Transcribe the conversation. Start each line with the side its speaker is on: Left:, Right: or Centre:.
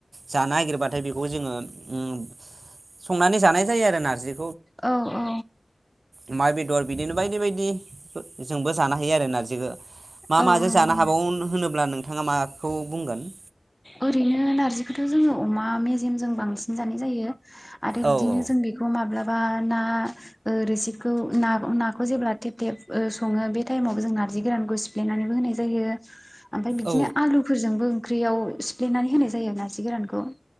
Right: जा नायगिर बाथाय बेखौ जोङो ओम संनानै जानाय जायो आरो नारजि
Centre: औ औ।
Right: अमा बेदर बिदिनो बायदि बायदिजोंबो जानो हायो आरो नारजिखो। मा
Centre: औ
Right: माजों
Centre: नंगौ
Right: जानो हाबावनो होनो ब्ला नोंथाङा माखौ बुंगोन?
Centre: ओरैनो नारजिखौथ' जोङो अमा मेजेमजों बांसिन जानाय जायो। आरो बिदिनो
Right: औ औ
Centre: जों बेखौ माब्ला बा ना ओ रोसिखौ ना नाखौ जेब्ला थेब थेब ओ सङो बे टाइमावबो जों नारजि गोरानखौ सिफ्लेनानैबो होनाय जायो। ओमफ्राय बिदिनो
Right: औ
Centre: आलुफोरजोंबो ओंख्रियाव सिफ्लेनानै होनाय जायो नारजि गोरानखौ।